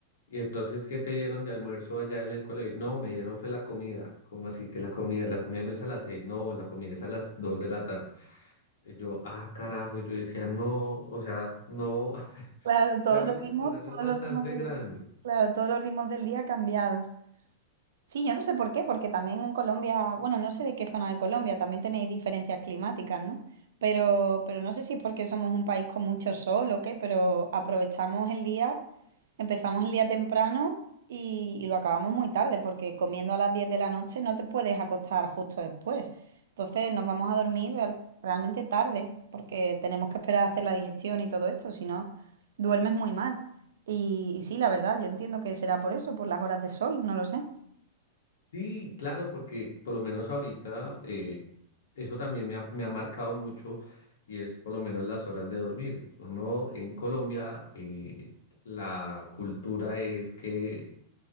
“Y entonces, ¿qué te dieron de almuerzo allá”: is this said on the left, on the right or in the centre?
Left